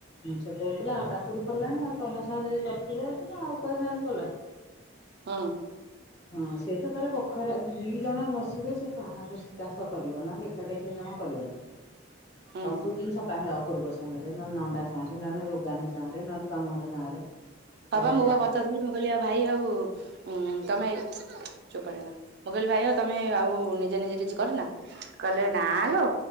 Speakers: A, on the left; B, on the right.
A: ସେ କହୁଥିଲା ଆଉ କାକୁଡ଼ି ଫଳିଲାଣି ଆଉ ତମ ସାଙ୍ଗରେ ଯ କରିଥିବ ଯଦି ଆଉ କା ସାଙ୍ଗ ରେ କଲା?
B: ହଁ
A: ହଁ ସେ ତ ତାର ବଖରା ଦି ଜଣ ବସିଲେ ସେ କାହା ଚାଷ କରିବ ନହେଲେ ଏକାଟିଆ ସେ ଜମା କରିବନି।
B: ହୁଁ।
A: ସବୁ ଜିନିଷ କାହେ ହବ ପୂର୍ବ ସାଙ୍ଗରେ ନହଲେ ନଣ୍ଡା ସାଙ୍ଗରେ ନହେଲେ ରୋଗାନା ସାଙ୍ଗରେ ନହେଲେ ତମଘର ସାଙ୍ଗରେ ତାର
B: ହବ ମୁଁ
A: ଯା
B: ବା ପଚାରୁଥିଲି ମୁଁ କହିଲି ଆ ଭାଇ ଆଉ ତମେ <inaudible> ଚୋପା ମୁଁ କହିଲି ଭାଇ ଆଉ ତମେ ଆଉ ନିଜେ ନିଜେ କିଛି କରିନା କହିଲେ ନାଲୋ